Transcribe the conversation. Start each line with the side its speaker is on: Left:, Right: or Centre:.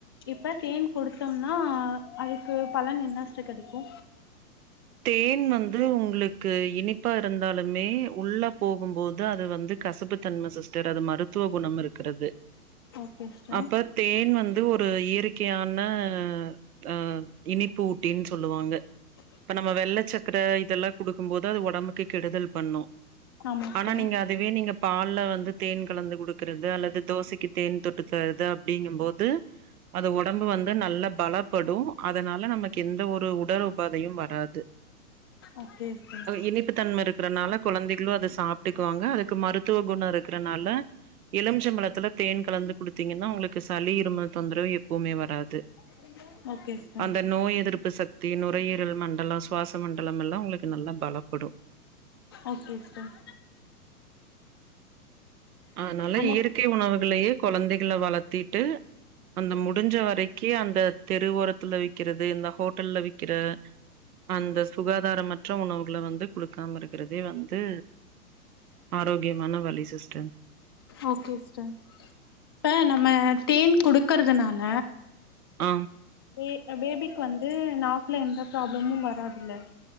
Left: இப்ப தேன் குடுத்தோம்னா அதுக்கு பலன் என்ன சிஸ்டர் கெடைக்கு
Right: தேன் வந்து உங்குளுக்கு இனிப்பா இருந்தாலுமே உள்ள போகும்போது அது வந்து கசப்பு தன்ம சிஸ்டர் அது மருத்துவ குணம் இருக்கறது
Left: ஓகே சிஸ்டர்
Right: அப்ப தேன் வந்து ஒரு இயற்கையான ஆ இனிப்பு ஊட்டின் சொல்லுவாங்க
Left: ஓக
Right: இப்ப நம்ம வெள்ள சக்கர இதெல்லா குடுக்கும்போது அது ஒடம்புக்கு கெடுதல் பண்ணு
Left: ஆமா சிஸ்டர்
Right: ஆனா நீங்க அதுவே நீங்க பால்ல வந் து தேன் கலந்து குடுக்கறது அல்லது தோசைக்கு தேன் தொட்டு தரது அப்டிங்கும்போது அது ஒடம்பு வந்து நல்ல பலப்படு அதனால நமக் எந்த ஒரு உடல் உபாதையு வராது
Left: ஓகே சிஸ்டர்
Right: இனிப்புத் தன்ம இருக்கறனால குழந்தைகளு அத சாப்ட்டுக்குவாங்க அதுக்கு மருத்துவ குணோ இருக்கறனால எலும்ச்சம்பழத்துல தேன் கலந்து குடுத்தீங்கன்னா உங்களுக்கு சளி இருமல் தொந்தரவு எப்பவுமே வராது
Left: <unintelligible> ஓகே சிஸ்
Right: அந்த நோய் எதிர்ப்பு சக் தி நுரையீரல் மண்டல சுவாச மண்டலம் எல்லா உங்குளுக்கு நல்லா பலப்படு
Left: ஓகே சிஸ்டர்
Right: ஆனால
Left: அந்த
Right: இயற்கை உணவுகள்லயே கொழந்தைகள வளத்தீட்டு அந்த முடிஞ்ச வரைக்கு அந்த தெரு ஓரத்துல விக்கறது இந்த ஹோட்டல்ல விக்கிற அந்த சுகாதாரமற்ற உணவுகள வந்து குடுக்காம இருக்கறதே வந்து ஆரோக்கியமான வழி சிஸ்டர்
Left: ஓக்கே சிஸ்டர் இப்ப நம்ம தேன் குடுக்கறதுனால
Right: ஆ
Left: பே அ பேபிக்கு வந்து நாக்ல எந்த ப்ராப்ளமு வராதுல